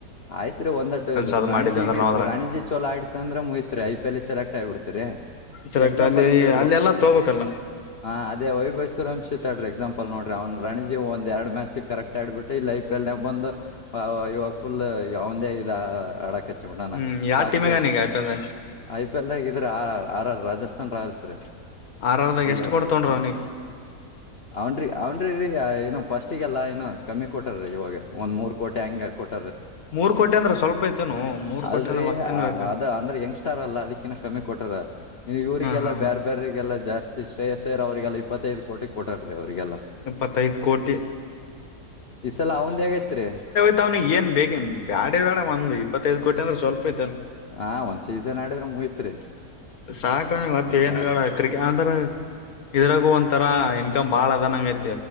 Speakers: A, on the left; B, on the left.
A: ಆಯ್ತ್ರಿ ಒಂದ್ಟ್ಟ
B: ಅದು
A: ರಾಣಿಜಿಗೆ
B: ಮಾಡಿದ್ವಿ ಅಂದ್ರೆ ನಾವ್ ಅದ್ರಾಗ.
A: ರಾಣಿಜಿ ಚೋಲ ಆಡ್ತ ಅಂದ್ರೆ ಮುಯತ್ರಿ ಆಯ್ತ್ ಪಲ್ಲಿ ಸೆಲೆಕ್ಟ್ಗಿಬಿಡ್ತೀರಿ
B: ಸೆಲೆಕ್ಟ್
A: ಎಕ್ಸಾಂಪಲ್
B: ಅಲ್ಲಿ
A: ಇಲ್ಲಿ
B: ಅಲ್ಲೆಲ್ಲಾ ತಗೋಬೇಕಲ್ಲ.
A: ಹ ಅದೇ ವೈಭೈಸವರಂಶತ್ಾಡ್ರಿ ಎಕ್ಸಾಂಪಲ್ ಲ್ ನೋಡ್ರಿ ಅವ್ ರಣಿಜಿ ಒಂದ್ ಎರಡ್ ಮ್ಯಾಚ್ ಕರೆಕ್ಟ್ ಆಡ್ಬಿಟ್ಟು ಇಲ್ಲಿ ೈಫ ಎಲ್ ಬಂದು ಹ ಇವಾಗ ಫುಲ್ ಅವಂದ ಇದ ಅಡಕ ಹಚ್ಚಿ ಬಿಟ್ಟಾನ
B: ಹ್ಮ್ ಯಾವ
A: ಫಸ್ಟ್
B: ಟೀಮಿಗ ಅವನಿಗೆ ಐ ಪಿ ಎಲ್ ದಾಗ
A: ಐ ಪಿ ಎಲ್ ದಾಗ ಆ ಆ ರಾಜಸ್ಥಾನ್ ರಾಯಲ್ಸ್ ರೀ
B: ಆರ್ ಆರ್ ದಾಗ ಎಷ್ಟು
A: ಲ್ಲ
B: ಕೊಡ್ ತೊಗೊಂಡ್ರ
A: ಹ
B: ಅವನಿಗೆ.
A: ಅವನ್ರಿ ಅವನ್ರಿ ಇೋ ಪಫಸ್ಟಿಗೆಲ್ಲ ಇನ್ನ ಕಮ್ಮಿ ಕೊಟ್ಟಾರೀ ಇವಾಗ ಒಂದ್ ಮೂರ್ ಕೋಟಿ ಹಂಗಗೆ ಕೊಟ್ಟ
B: ಮೂರ್ ಕೋಟಿ ಅಂದ್ರ ಸ್ವಲ್ಪ ಐತೆೇನು ಮೂರ್
A: ಅಲ್ರರಿ
B: ಕೋಟಿ ಅಂದ್ರ ಮತ್ತೇನ್
A: ಅ
B: ಬೇಕು
A: ಅದ ಅಂದ್ರೆ ಯಂಗ್ಸ್ಟಾರ್ ಅಲ್ಲ ಅದಕ್ಕಿನ್ನ ಕಮ್ಮಿ ಕೊಟಾರ ಇವ್ರಿಗೆಲ್ಲಾ
B: ಹಾ ಹಾ ಹಾ.
A: ಬೇರ್ ಬೇರೆ ಲ್ಲ ಜಾಸ್ತಿ ಶ್ರೇಯಸರ್ ಅವರಿಗೆಲ್ಲ ಇಪ್ಪತ್ತೈದು ಕೋಟಿ ಕೋಟರ್ರೀ ಅವರು ರಿಗೆಲ್ಲ
B: ಇಪ್ಪತ್ತೈದ್ ಕೋಟಿ
A: ಈ ಸಲ ಅವಂದ ಹೇಗೈತ್ರಿ
B: ಇವ್ನಿಗೆ ಏನ್ ಬೇಕಿ ಬ್ಯಾಡ ಬೇಡ ಒಂದ ಇಪ್ಪತ್ತೈದು ಕೋಟಿ ಅಂದ್ರೆ ಸ್ವಲ್ಪ ಇದ
A: ಹ ಒಂದ್ ಸೀಸನ್ ಆಡಿದ್ರೆ ಮುಗಿತ್ರಿ
B: ಸಾಕಣಿ ಮತ್ತ ಏನ್
A: ಸಾಕ
B: ಕ್ರಿಕೆ ಅಂದ್ರ ಇದ್ರಾಗು ಒಂಂತರಾ ಇನ್ಕಮ್ ಬಾಳ ಅದನಂಗೈತಿ